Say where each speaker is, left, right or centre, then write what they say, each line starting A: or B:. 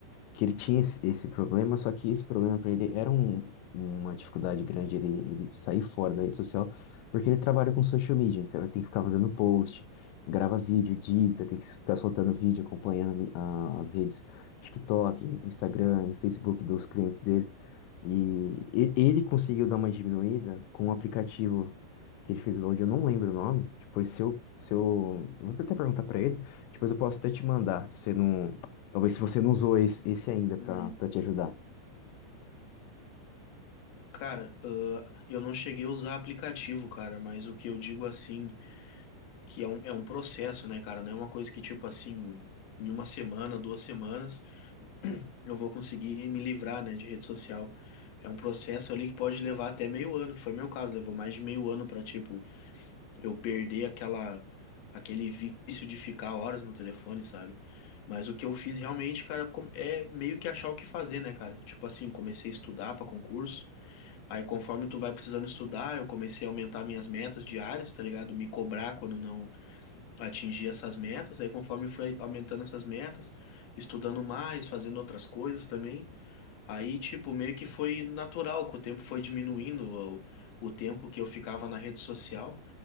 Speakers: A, on the left (about 85°); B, on the left (about 60°).
A: que ele tinha esse, esse problema, só que esse problema para ele era um- uma dificuldade grande ele, ele sair fora da rede social, porque ele trabalha com social media, então ele tem que ficar fazendo post, grava vídeo, edita, tem que ficar soltando vídeo, acompanhando a mi- a- as redes TikTok, Instagram e Facebook dos clientes dele. E e- ele conseguiu dar uma diminuída com um aplicativo que ele fez o download, eu não lembro o nome. Depois, se eu, se eu, eu vou até perguntar pra ele, depois eu posso até te mandar, se você não, talvez se você não usou esse, esse ainda pra
B: Uhum.
A: pra te ajudar.
B: Cara, ah, eu não cheguei a usar aplicativo, cara, mas o que eu digo assim. que é um, é um processo, né, cara? Não é uma coisa que, tipo assim, em uma semana, duas semanas, eu vou conseguir me livrar, né, de rede social. É um processo ali que pode levar até meio ano, que foi meu caso, levou mais de meio ano pra, tipo, eu perder aquela, aquele vício de ficar horas no telefone, sabe? Mas o que eu fiz realmente, cara, com- é meio que achar o que fazer, né, cara? Tipo assim, comecei a estudar pra concurso. Aí, conforme tu vai precisando estudar, eu comecei a aumentar minhas metas diárias, tá ligado? Me cobrar quando não atingir essas metas. Aí, conforme foi aumentando essas metas, estudando mais, fazendo outras coisas também, aí, tipo, meio que foi natural, que o tempo foi diminuindo o, o tempo que eu ficava na rede social,